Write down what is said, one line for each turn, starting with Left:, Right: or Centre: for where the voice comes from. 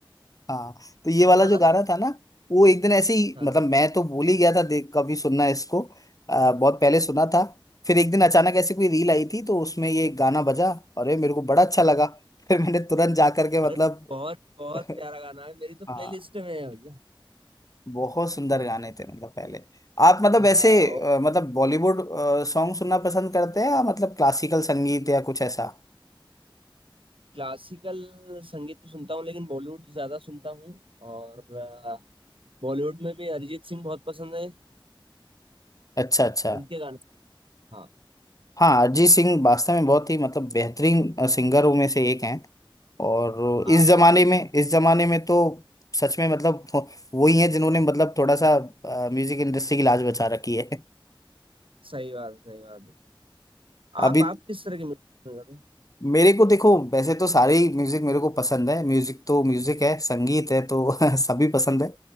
Left: हाँ तो ये वाला
Right: ये वाला
Left: जो गाना था ना वो एक दिन ऐसे ही
Right: हाँ
Left: मतलब
Right: हाँ।
Left: मैं तो भूल ही गया था देख कभी सुनना इसको आ, बहुत पहले सुना था फिर एक दिन अचानक ऐसे कोई रील आई थी तो उसमें ये गाना बजा अरे मेरे को बड़ा अच्छा लगा <laughs> फिर मैंने तुरंत जा करके
Right: अरे
Left: मतलब
Right: बहुत बहुत
Left: <laughs>
Right: प्यारा गाना है मेरी तो प्लेलिस्ट
Left: हाँ
Right: में है भैया
Left: बहुत सुंदर गाने थे मतलब पहले आप मतलब
Right: हाँ
Left: ऐसे अ, मतलब बॉलीवुड सॉन्ग सुनना पसंद करते हैं या मतलब क्लासिकल संगीत या कुछ ऐसा
Right: क्लासिकल संगीत तो सुनता हूँ लेकिन बॉलीवुड ज्यादा सुनता हूँ और अ, बॉलीवुड में भी अरिजीत सिंह बहुत पसंद है
Left: अच्छा अच्छा
Right: उनके गाने हाँ
Left: हाँ अरिजीत सिंह वास्तव में बहुत ही मतलब बेहतरीन सिंगरों में से एक हैं और
Right: आप
Left: इस जमाने
Right: आप
Left: में इस जमाने में तो सच में मतलब <laughs> वही है जिन्होंने मतलब थोड़ा सा म्यूजिक इंडस्ट्री की लाज बचा रखी है <laughs>
Right: सही बात है, सही बात है आप
Left: अभी
Right: आप किस तरह के म्यूजिक पसंद करते हैं
Left: मेरे को देखो वैसे तो सारे ही म्यूजिक मेरे को पसंद है म्यूजिक तो म्यूजिक है संगीत है तो <laughs> सभी पसंद है